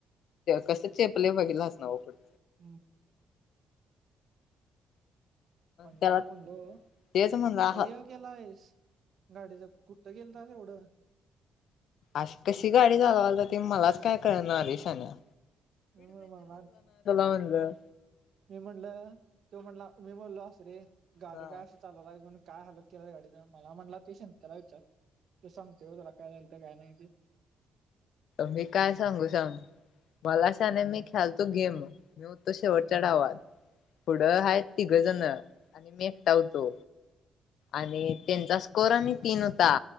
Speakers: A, on the left; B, on the right.
A: कस चेपले बघितलास नव्हे अस
B: <inaudible> बंडाला
A: त्याला
B: म्हणलो
A: तेच म्हणला
B: हे काय
A: हा
B: हे केलायस गाडीचा कुठ तो गेल तर एवढं
A: अशी कशी गाडी चालवाय ते मलाच काय कळणा झालय ते शहाणं
B: मी म्हणला
A: म्हणलं
B: मी म्हणल त्यो म्हणला मी बोललो असतो रे गाडी
A: हा
B: काय असे चालवला आहेस काय हलत केला त्या गाडीन मला म्हणला ते संत्याला त्याला विचार त सांगते त्याला काय झालत काय नाही ते
A: मी काय सांगू सांग मला शहाण्या मी खेलतो गेम मी होतो शेवटच्या डावात पुढं हाय तिघं जण आणि मी एकटा होतो आणि त्यांचा स्कोर आणि तीन होता